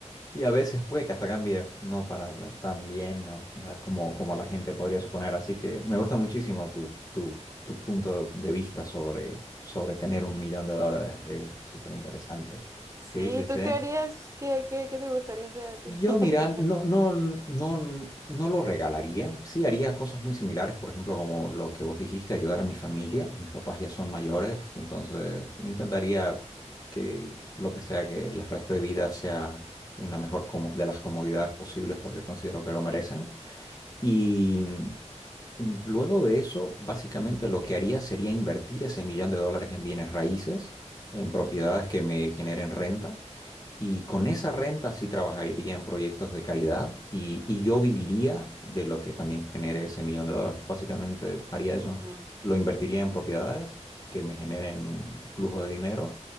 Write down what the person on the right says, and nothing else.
Sí,
¿tú qué harías? ¿Qué, qué, qué te gustaría hacer a ti?
<laughs>
Ujú,
ujú,